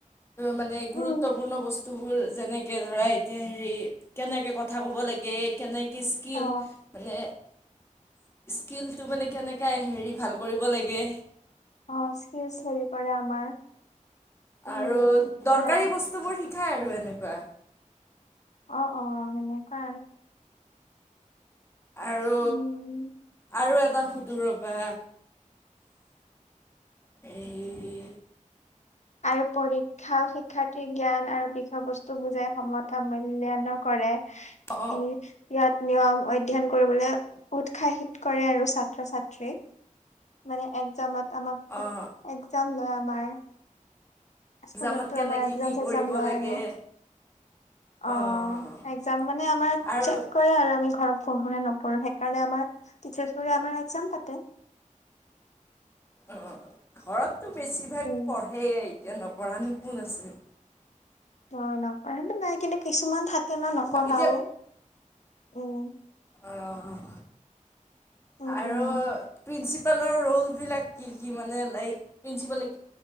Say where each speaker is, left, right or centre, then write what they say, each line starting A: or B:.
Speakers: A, on the left; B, on the left.
A: মানে
B: উম
A: গুৰুত্বপূৰ্ণ বস্তুবোৰ যেনেকে ধৰা এতিয়া হেৰি কেনেকে ক কথা ক'ব লাগে কেনেকৈ কি স্কিল
B: অ
A: মানে স্কিল তো মানে কেনেকৈ হেৰি ভাল কৰিব লাগে।
B: অ', স্কিলচ হেৰি কৰে আমাৰ। উম
A: আৰু দৰকাৰী
B: মানে
A: বস্তুবোৰ শ কঠাই আৰু এনেকুৱা
B: অ অ মনে তে
A: আৰু,
B: উম
A: আৰু এটা সুদো ৰ'বা। এই
B: হয়। আৰু পৰীক্ষা, শিক্ষাৰ্থীৰ জ্ঞান আৰু বিষয় বস্তু বুজাই সমতা মূল্যায়নো কৰে। এ,
A: অঁ অঁ
B: ইয়াত, নিয়ম অধ্যয়ন কৰিবলৈ উৎসাহিত কৰে আৰু ছাত্ৰ ছাত্ৰী মানে এক্জামত আমাক খু
A: অঁ
B: এক্সাম লয় বাই স্কুল
A: এক্সামত
B: তেওঁ আমাৰ
A: কেনেকৈ
B: এসাম
A: কি
B: সেশম
A: কৰিব
B: নাই
A: লাগে
B: আৰু অ',
A: অঁ অঁ
B: এসাম মানে আমাৰ
A: আৰু
B: চেক কৰে আৰু আমি ঘৰত পহু নে নপহো কাৰণে আমাৰ টিচাৰ্চবোৰে আমাৰ একজাম পাতে।
A: অ ঘৰত তো বেছিভাগ
B: উম
A: পঢ়েই এতিয়া নপঢ়া নো কোন আছিল।
B: ন নাপায়ো নাই কিন্তু কিছুমান থাকে কলা নপঢ়াও।
A: এতিয়া
B: উম
A: অঁ
B: উম,
A: আৰু
B: উম,
A: প্ৰিঞ্চি কালৰ ৰ'লবিলাক কি কি মানে লাইক প্ৰিন্সিপাল।